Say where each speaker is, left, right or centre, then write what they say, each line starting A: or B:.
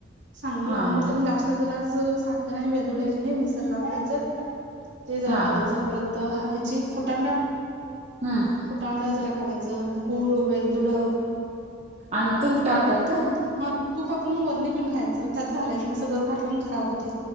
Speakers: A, on the right; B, on the right.
A: चांगलं
B: हां
A: लावून घेतलं
B: हां
A: क ज जरासं साखर आणि वेलदुडं हाय की नाय मिक्सर लावून घ्यायचं, ते जरा
B: हां
A: घालायचं
B: हां
A: परत त ह्याची फुटाण डाळ
B: हम्म.
A: फुटाण डाळ जरा घालायचं गुळ, वेलदुडं.
B: आणि तूप
A: हम्म
B: टाकतात का
A: हा तूप आपण वरनं घेऊन खायाचं, त्यात घालायचं नाय सगळंच घातलं की नाय खराब होतंय.